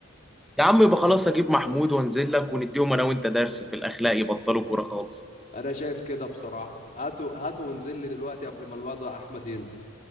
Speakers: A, in the centre; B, on the left.
A: يا عم يبقى خلاص اجيب محمود وانزل لك ونديهم انا وانت درس في الاخلاق يبطلوا كوره خالص
B: انا شايف كده بصراحة هاتوا هاتوا وانزل لي دلوقتي قبل ما الواد احمد ينزل